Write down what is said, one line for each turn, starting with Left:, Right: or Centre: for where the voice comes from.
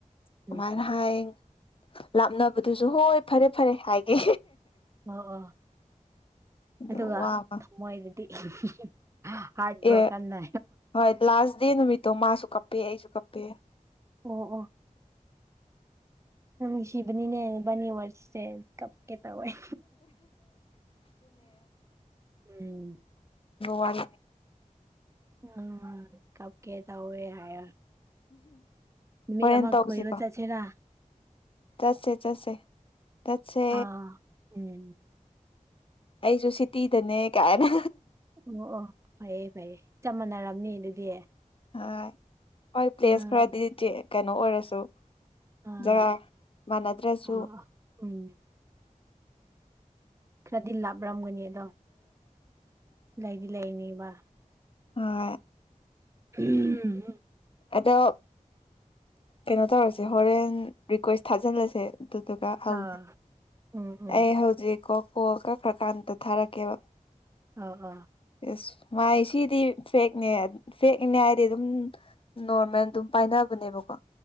Left: ꯑꯗꯨꯃꯥꯏꯅ
Right: ꯎꯝ
Left: ꯍꯥꯏꯌꯦ ꯂꯥꯞꯅ ꯑꯗꯨꯗꯨꯁꯨ ꯍꯣꯏ ꯐꯔꯦ ꯐꯔꯦ ꯍꯥꯏꯒꯦ
Right: ꯑꯣ ꯑꯣ
Left: ꯑꯗꯣ
Right: ꯑꯗꯨꯒ
Left: ꯋꯥ ꯑꯃ
Right: ꯊꯝꯃꯣꯏꯗꯗꯤ ꯍꯔꯠ ꯭ꯔꯣꯀꯅ
Left: ꯑꯦ ꯍꯣꯏ ꯂꯥꯁ ꯗꯦ ꯅꯨꯃꯤꯠꯇꯣ ꯃꯥꯁꯨ ꯀꯞꯄꯦ ꯑꯩꯁꯨ ꯀꯞꯄꯦ
Right: ꯑꯣ ꯑꯣ ꯎꯁꯤꯕꯅꯤꯅꯦꯕꯅꯤ ꯋꯥꯔꯁꯦ ꯀ ꯀꯦꯇꯥ ꯋꯥꯏ ꯎꯝ
Left: ꯋꯥꯔꯤ
Right: ꯎꯝ ꯀꯞ ꯀꯦ ꯇ ꯍꯦ ꯍꯥꯏ ꯅꯨꯃꯤꯠ
Left: ꯍꯣꯔꯦꯟ
Right: ꯑꯃ
Left: ꯇꯧꯁꯤꯀꯣ
Right: ꯀꯣꯏꯕ ꯆꯠꯁꯦꯔꯥ
Left: ꯆꯠꯁꯦ ꯆꯠꯁꯦ ꯆꯠꯁꯦ
Right: ꯑꯥ ꯎꯝ
Left: ꯑꯩꯁꯨ ꯁꯤꯇꯤꯗꯅꯦ ꯀꯥꯏꯅ
Right: ꯑꯣ ꯑꯣ ꯐꯩꯌꯦ ꯐꯩꯌꯦ ꯆꯞ ꯃꯥꯟꯅꯔꯝꯅꯤ ꯑꯗꯨꯗꯤ
Left: ꯍ ꯍꯣꯏ ꯄ꯭ꯂꯦꯁ
Right: ꯎꯝ
Left: ꯈꯔꯗꯤ ꯀꯩꯅꯣ ꯑꯣꯏꯔꯁꯨ
Right: ꯑꯥ
Left: ꯖꯥꯏ ꯃꯥꯟꯅꯗ꯭ꯔꯁꯨ
Right: ꯑꯣ ꯑꯣ ꯎꯝ ꯈꯔꯗꯤ ꯂꯥꯞꯔꯝꯒꯅꯤ ꯑꯗꯣ ꯂꯩꯗꯤ ꯂꯩꯅꯦꯕ
Left: ꯑ
Right: ꯎꯝ
Left: ꯑꯗꯣ ꯀꯩꯅꯣ ꯇꯧꯔꯁꯦ ꯍꯣꯔꯦꯟ ꯔꯤꯀ꯭ꯋꯦꯁ ꯊꯥꯖꯤꯜꯂꯖꯦ ꯑꯗꯨꯗꯨꯒ ꯍꯧꯖꯦ
Right: ꯑꯥ ꯎꯝ ꯎꯝ
Left: ꯑꯩ ꯍꯧꯖꯤꯛꯀꯣ ꯀꯣꯜ ꯀꯛꯈ꯭ꯔꯀꯥꯟꯗ ꯊꯥꯔꯛꯀꯦꯕ
Right: ꯑ ꯑꯥ
Left: ꯑꯦꯁ ꯃꯥꯥꯏ ꯁꯤꯗꯤ ꯐꯦꯛꯅꯦ ꯐꯦꯛꯅꯦꯅꯤꯅ ꯍꯥꯏꯗꯤ ꯑꯗꯨꯝ ꯅꯣꯔꯃꯦꯜ ꯑꯗꯨꯝ ꯄꯥꯏꯅꯕꯅꯦꯕꯀꯣ